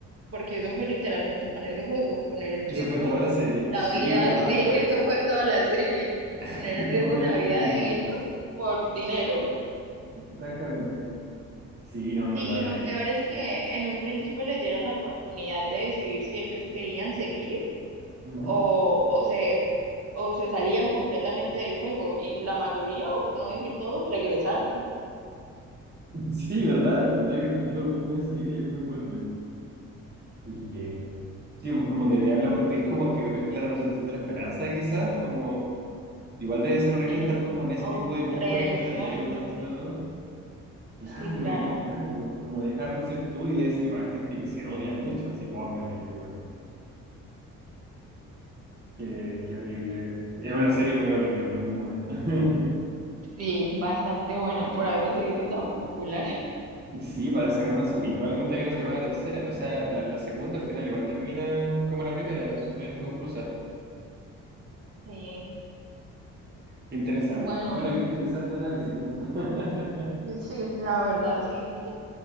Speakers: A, on the right; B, on the right.
A: porque eso fue literalmente con ese juego, poner en
B: Eso
A: riesgo
B: fue toda la serie.
A: la
B: Sí,
A: vida,
B: la mata.
A: <laughs> sí, eso fue toda la serie,
B: <laughs>
A: poner en
B: Todo
A: riesgo
B: bueno
A: la vida
B: vendiéndose,
A: de ellos por dinero.
B: francamente. Sí, no,
A: Sí,
B: en
A: y
B: verdad
A: lo peor es que en un principio les dieron la oportunidad de decidir si ellos querían seguir
B: es.
A: o, o se, o se salían completamente del juego, y la mayoría, o por no decir todos, regresaron.
B: Sí, verdad, verdad que da la oportunidad de salir y después vuelve. Y que... Sí, pues como que le dan la oportunidad, es como que es la representación de la esperanza quizás, como... Igual debe ser horrible
A: Sí,
B: estar como en ese
A: o
B: tipo de mundos
A: redención,
B: lleno de deudas
A: no sé.
B: y todo. Claro,
A: Sí, claro.
B: claro, como dejar de ser tú y debe ser igual gente que se odia mucho, así, oh, qué horrible, igual qué, qué horrible. Es una serie muy horrible, pero es muy buena. <laughs>
A: Sí, bastante buena, por algo se hizo tan popular. <laughs>
B: Sí, para sacar una segunda, y probablemente hay que sacar una tercera, o sea, la, la segunda al final igual termina como la primera, súper inconclusa.
A: Sí,
B: Qué interesante.
A: bueno,
B: Bueno, qué interesante análisis, ¿no? <laughs>
A: sí, la verdad sí.